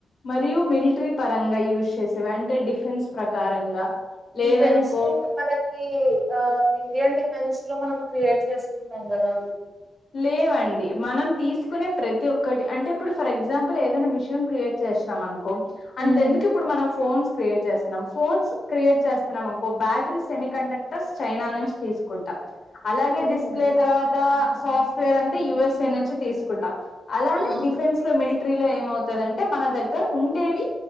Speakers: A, on the left; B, on the right.
A: మరియు మిలిట్రి పరంగా యూజ్ చేసేవి అంటే డిఫెన్స్ ప్రకారంగా లేదనుకో
B: డిఫెన్స్ని మన ఈ ఆ ఇండియన్ డిఫెన్స్లో మనం క్రియేట్ చేసుకుంటాం కదా
A: లేవండి మనం తీసుకునే ప్రతి ఒక్కటి అంటే ఇప్పుడు ఫర్ ఎగ్జాంపుల్ ఏదన్నా మిషన్ క్రియేట్ చేశినం అనుకో అంత
B: ఉమ్
A: ఎందుకు ఇప్పుడు మనం ఫోన్స్ క్రియేట్ చేస్తున్నాం, ఫోన్స్ క్రియేట్ చేస్తున్నాం అనుకో బ్యాటరీ సెమీ కండక్టర్స్ చైనా నుంచి తీసు కుంటాం అలాగే
B: ఓకే
A: డిస్ప్లే తర్వాత సాఫ్ట్ వేర్ అంటే యూఎస్ఏ నుంచి తీసుకుంటాం అలానే
B: ఆ
A: డిఫెన్ న్స్లో మిలిట్రీలో ఏమవుతదంటే మన దగ్గర ఉండేవి